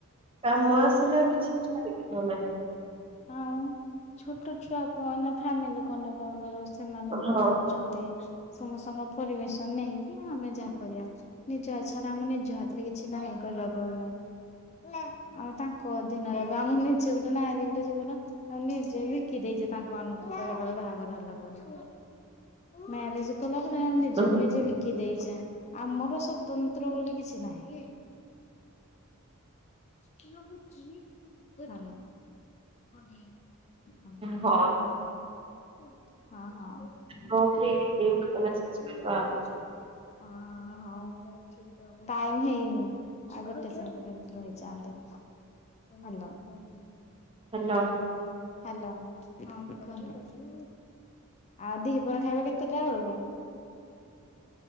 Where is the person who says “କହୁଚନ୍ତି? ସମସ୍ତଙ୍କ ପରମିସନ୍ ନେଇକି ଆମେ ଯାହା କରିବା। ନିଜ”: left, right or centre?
Left